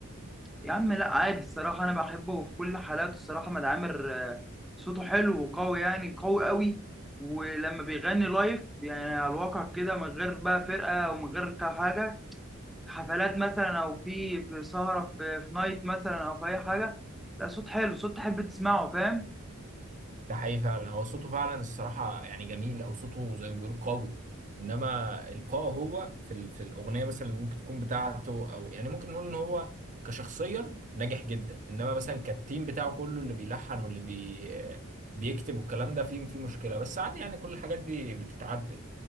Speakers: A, in the centre; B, on the right (about 35°).
A: يا عم لا عادي الصراحة أنا بحبه في كل حالاته الصراحة مد عامر آه، صوته حلو وقوي يعني قوي قوي ولما بيغني لايف يعني على الواقع كده من غير بقى فرقة ومن غير كا- حاجة حفلات مثلا أو في في سهرة في, في نايت مثلا أو في أي حاجة لا صوت حلو صوت تحب تسمعه فاهم
B: ده حقيقي فعلا هو صوته فعلا الصراحة يعني جميل أو صوته زي ما بيقول قوي إنما إلقائه هو في ال... في الأغنية مثلا اللي ممكن تكون بتاعته أو يعني ممكن نقول إن هو كشخصيا ناجح جدا إنما مثلا كالتيم بتاعه كله اللي بيلحن واللي بي... بيكتب والكلام ده فيه فيه مشكلة بس عادي يعني كل الحاجات دي بتتعدل